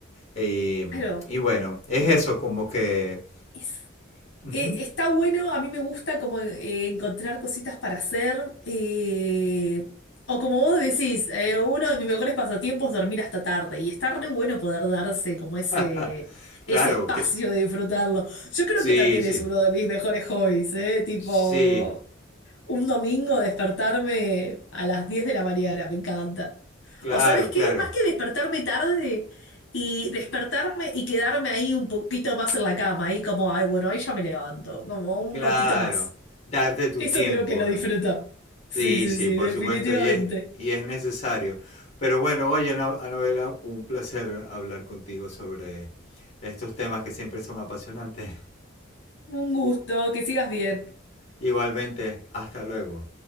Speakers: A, on the left; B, on the left.
A: Eh,
B: Claro,
A: y bueno, es
B: eh,
A: eso como que
B: es-
A: ujú.
B: eh, está bueno, a mí me gusta como eh, encontrar cositas para hacer, eh, o como vos decís, eh, uno de mis mejores pasatiempos es dormir hasta tarde y está re bueno poder darse como ese,
A: <laughs>
B: ese
A: Claro,
B: espacio
A: que
B: de disfrutarlo. Yo creo
A: sí,
B: que también
A: sí.
B: es uno de mis mejores hobbies, ¿eh? Tipo...
A: Sí,
B: Un domingo despertarme a las 10 de la mañana, me encanta.
A: claro,
B: O sabes qué,
A: claro.
B: más que despertarme tarde y despertarme y quedarme ahí un poquito más en la cama, ahí como, ay, bueno, ahí ya me levanto, como un
A: Claro,
B: ratito más.
A: darte tu
B: Eso
A: tiempo,
B: creo que lo disfruto.
A: ¿no? Sí,
B: Sí, sí,
A: sí,
B: sí,
A: por
B: definitivamente.
A: supuesto, y es, y es necesario. Pero bueno, oye, Ana- Anabela, un placer hablar contigo sobre estos temas que siempre son apasionantes.
B: Un gusto, que sigas bien.
A: <laughs> Igualmente, hasta luego.